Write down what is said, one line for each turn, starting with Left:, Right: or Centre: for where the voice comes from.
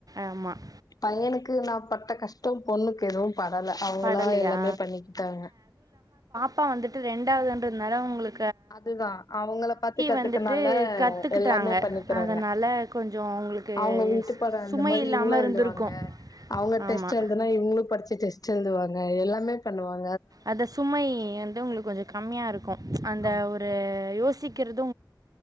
Right: ஆமாம்
Left: பையனுக் கு நா பட்ட கஷ்டொ பொண்ணுக்கு எதுவு படல அவங்களா
Right: படலையா
Left: எல்லாமே பண்ணிக்கிட்டாங்க
Right: ப்பா வந்துட்டு ரெண்டாவதுன்றதுனால உங்களு
Left: அதுதா அவங்கள பாத்து கத்துக்கனால
Right: வந்துட்டு கத்துக்கிட்டாங்க
Left: எல்லாமே பண்ணிக்கறாங்க
Right: அதனால கொஞ்சம் உங்களுக்கு
Left: அவங்க வீட்டு பாடம் எழுதம்போது
Right: சுமை இல்லாம
Left: இவங்களு
Right: இருந்திருக்கும்
Left: எழுதுவாங்க அவங்க
Right: ஆமா
Left: டெஸ்ட் எழுதுனா இவங்களு படிச்சு டெஸ் ட் எழுதுவாங்க எல்லாமே பண்ணுவாங்
Right: அத சுமை வந்து உங்களுக்கு கொஞ்சோ கம்மியாருக்கு அந்த
Left: ஆமா
Right: ஒரு யோசிக்குறது